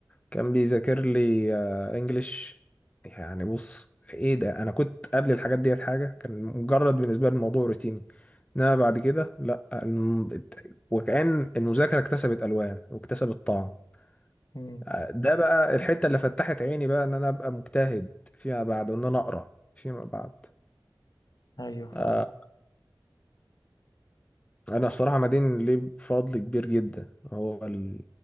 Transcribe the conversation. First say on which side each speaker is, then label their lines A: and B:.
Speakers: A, on the left; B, on the left.
A: كان بيذاكر لي آه، إنجليش يعني بص إيه ده أنا كنت قبل الحاجات ديت حاجة كان مجرد بالنسبة لي الموضوع روتيني إنما بعد كده لأ الم- وكأن المذاكرة اكتسبت ألوان واكتسبت طعم
B: مم.
A: آه، ده بقى الحتة اللي فتحت عيني بقى إن أنا أبقى مجتهد فيما بعد وإن أنا أقرأ فيما بعد
B: ايوه فاهم
A: آه، انا الصراحه مدين ليه بفضل كبير جدا هو ال...